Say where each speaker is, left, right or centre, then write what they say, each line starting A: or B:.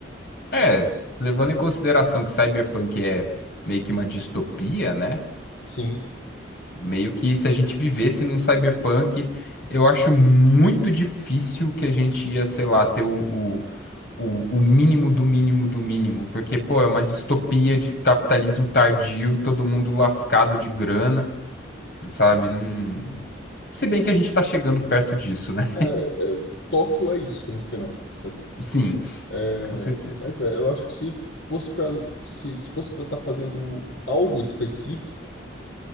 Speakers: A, on the left; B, on the left.
A: É, levando em consideração que Cyberpunk é meio que uma distopia, né?
B: Sim.
A: Meio que se a gente vivesse num Cyberpunk, eu acho muito difícil que a gente ia, sei lá, ter o, o, o o mínimo do mínimo do mínimo. Porque, pô, é uma distopia de capitalismo tardio, todo mundo lascado de grana. sabe? Não... Se bem que a gente tá chegando perto disso, né?
B: É, é, Tóquio é isso, no final, sabe?
A: <laughs> Sim,
B: É,
A: com certeza.
B: mas é, eu acho que se fosse para se, se fosse para estar fazendo algo específico,